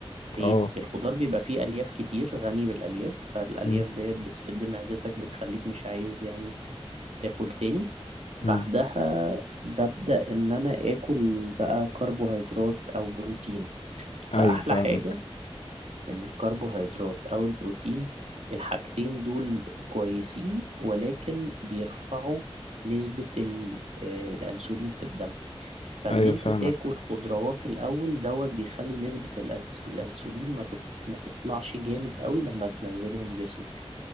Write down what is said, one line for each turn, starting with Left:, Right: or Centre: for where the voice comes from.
Right: ليه
Left: اه
Right: الخضار بيبقى فيه الياف كتير غني بالالياف فالالياف
Left: مم.
Right: ديت بتسد معدتك بتخليك مش عايز يعني تاكل تاني بعدها
Left: مم.
Right: ببدا ان انا اكل بقى كربوهيدرات او بروتين
Left: ايوه
Right: فاحلى
Left: فاهمك
Right: حاجه ان الكربوهيدرات او البروتين الحاجتين دول كويسين ولكن بيرفعوا نسبة ال- آه، الانسولين في الدم فان
Left: ايوه
Right: انت
Left: فاهمك
Right: تاكل خضروات الاول دوت بيخلي نسبة الأنس- الانسولين ما تط- ما تطلعش جامد قوي لما تنزلهم جسمك